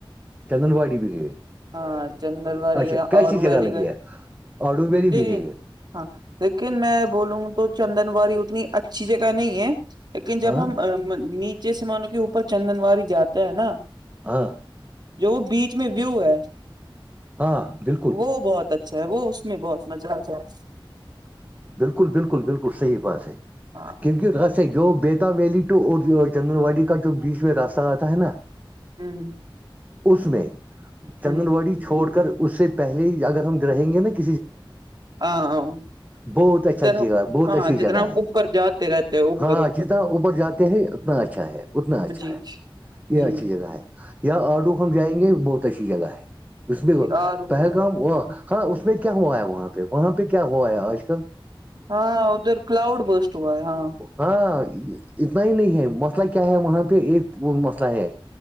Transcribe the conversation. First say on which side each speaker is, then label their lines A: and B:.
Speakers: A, on the right; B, on the right.
A: چندن واڑی بھی گئے
B: ہاں چندرواری
A: اچھا
B: گئے
A: کیسی
B: اوررو
A: جگہ
B: ولی
A: لگی
B: گئے
A: ہے آڈو ویلی
B: د
A: بھی گئی ہے
B: ہاں لیکن میں بولوں گ تو چندن واڑی اتنی اچھی جگہ نہیں ہے لیکن جب
A: ہاں
B: ہم نیچے سے مانو کہ اوپر چندن وی جاتے ہیں نا
A: ہاں
B: جو بیچ میں ویو ہے
A: ہاں بالکل
B: وہ بہت اچھا ہے وہ اس میں بہت مزہ آتا ہے
A: بالکل بالکل بالکل صحیح بات ہے
B: ہاں
A: کیونکہ راستے جو بیتا ویلی و اور چندن واڑی کا جو بیچ میں راستہ رہتا ہے نا
B: ہاں
A: اس میں چندن
B: ہوں
A: واڑی چھوڑ کر اس سے پہلے اگر ہم رہیں گے نا کیا
B: ہاں
A: بہت اچھا
B: جدھر
A: جگہ
B: ہم
A: بہت
B: ہاں
A: اچھی جگہ
B: جدھر ہم
A: ہے
B: اوپر جاتے رہتے ہیں اوپر
A: ہاں
B: اوپر
A: جتنا اوپر جاتے ہیں اتنا اچھا ہے اتنا اچھا
B: جی
A: ہے یہ
B: جی
A: اچھی جگہ ہے یا آرڈو ہم جائیں گے بہت اچھی جگہ ہے اس میں
B: جی آر
A: پہل کام وہ ہاں اس میں کیا ہوا ہے وہاں پہ وہاں پہ کیا ہوا ہے آج کے
B: ہاں ادھر کلاؤڈ بسٹ ہوا ہے ہاں
A: ہاں اتنا ہی نہیں ہے مسئلہ کیا ہے وہاں پہ ایک مسئلہ ہے